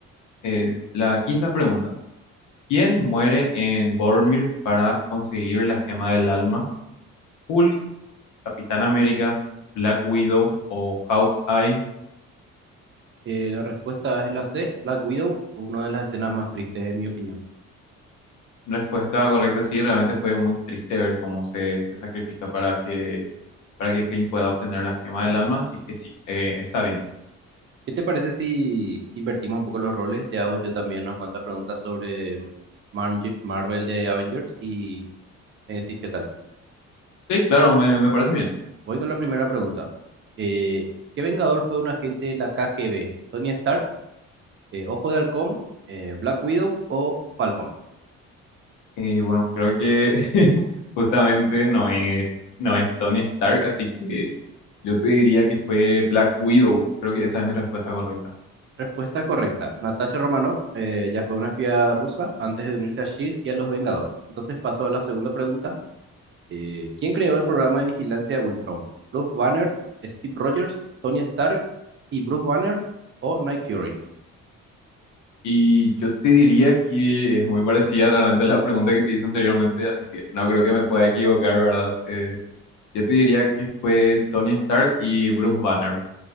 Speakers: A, on the left; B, on the right.
A: Eh, la quinta pregunta. ¿Quién muere en Boromir para conseguir la gema del alma? ¿Hulk, Capitán América, Black Widow o Hawkeye?
B: Eh, la respuesta es la C, Black Widow, una de las escenas más tristes en mi opinión.
A: Respuesta correcta, sí, realmente fue muy triste ver cómo se, se sacrifica para que, para que Clint pueda obtener la gema del alma, así que sí, eh, está bien.
B: ¿Qué te parece si invertimos un poco los roles? Te hago yo también unas cuantas preguntas sobre Marge- Marvel de Avengers y me decís qué tal.
A: Sí, claro, me, me parece bien.
B: Voy con la primera pregunta. Eh, ¿qué Vengador fue un agente de la KGB? ¿Tony Stark, eh, Ojo de Halcón, eh, Black Widow o Falcon?
A: Y bueno, creo que <laughs> justamente no es, no es Tony Stark, así que yo te diría que fue Black Widow, creo que esa es mi respuesta correcta.
B: Respuesta correcta. Natasha Romanoff eh, ya fue una espía rusa antes de unirse a SHIELD y a los Vengadores. Entonces paso a la segunda pregunta. Eh, ¿quién creó el programa de vigilancia Ultron? ¿Bruce Banner, Steve Rogers, Tony Stark y Bruce Banner o Nick Fury?
A: Y yo te diría que es muy parecida realmente a la pregunta que te hice anteriormente, así que no creo que me pueda equivocar, ¿verdad? Eh, yo te diría que fue Tony Stark y Bruce Banner.